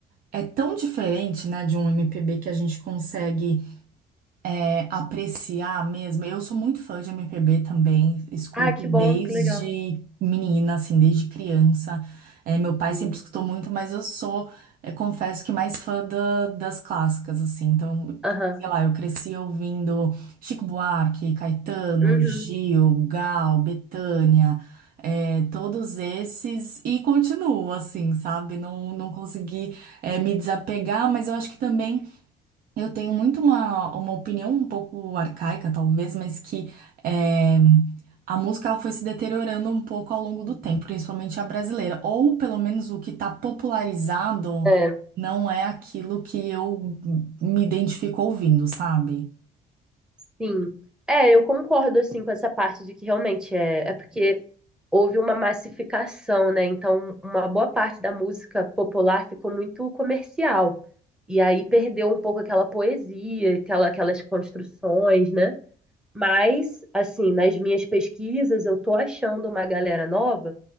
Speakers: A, on the right; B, in the centre.
A: é tão diferente, né, de um MPB que a gente consegue é, apreciar mesmo. Eu sou muito fã de MPB também, escuto
B: Ah, que
A: desde
B: bom, que legal.
A: menina, assim, desde criança. É, meu pai
B: Sim.
A: sempre escutou muito, mas eu sou, é, confesso que mais fã da- das clássicas, assim. Então,
B: Aham.
A: sei lá, eu cresci ouvindo Chico Buarque, Caetano,
B: Uhum.
A: Gil, Gal, Bethânia, é, todos esses, e continuo, assim, sabe? Não, não consegui é, me desapegar, mas eu acho que também eu tenho muito uma, uma opinião um pouco arcaica, talvez, mas que é, a música ela foi se deteriorando um pouco ao longo do
B: Uhum.
A: tempo, principalmente a brasileira. Ou pelo menos o que está popularizado
B: É.
A: não é aquilo que eu me identifico ouvindo, sabe?
B: Sim. É, eu concordo assim com essa parte de que realmente é, é porque houve uma massificação, né? Então, uma boa parte da música popular ficou muito comercial. E aí perdeu um pouco aquela poesia, aquela, aquelas construções, né? Mas, assim, nas minhas pesquisas, eu tô achando uma galera nova